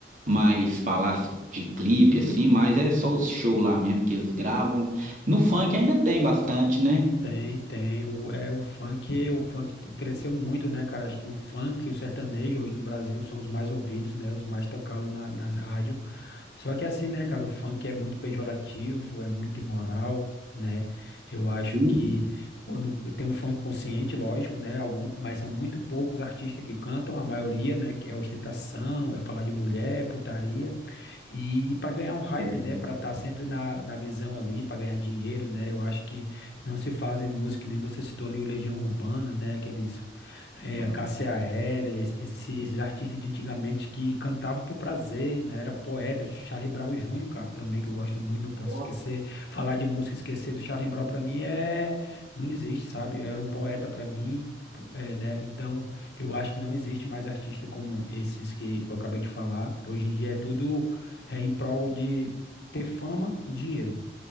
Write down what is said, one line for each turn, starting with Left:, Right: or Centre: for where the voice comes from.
Right: mais falar de clipe, assim, mas é só os shows lá mesmo que eles gravam. No funk ainda tem bastante, né?
Left: Tem, tem. O, é, o funk, o funk que cresceu muito, né, cara? Acho que o funk e o sertanejo hoje no Brasil são os mais ouvidos, né? Os mais tocados na- nas rádios. Só que assim, né, cara, o funk é muito pejorativo, é muito imoral, né? Eu acho
Right: Sim.
Left: que quando tem o funk consciente, lógico, né? Algum, mas são muito poucos artistas que cantam, a maioria, né, que é ostentação, é falar de mulher, é putaria. E para ganhar um hype,
Right: É,
Left: né? Para estar sempre na, na visão ali, para ganhar dinheiro, né? Eu acho que não se fazem música, que nem você citou ali o Legião Urbana, né? Aqueles é, KCAL,
Right: não.
Left: es- esses esses artistas de antigamente que cantavam por prazer, né? Era poeta, Charlie Brown Jr., cara, também, que eu gosto muito, não posso
Right: Nossa,
Left: esquecer. Falar de música e esquecer do Charlie Brown, para mim, é... Não existe, sabe? Era um poeta para mim, po- é, né? Então, eu acho que não existe mais artista como esses que, que eu acabei de falar. Hoje em dia é tudo é em prol de ter fama e dinheiro.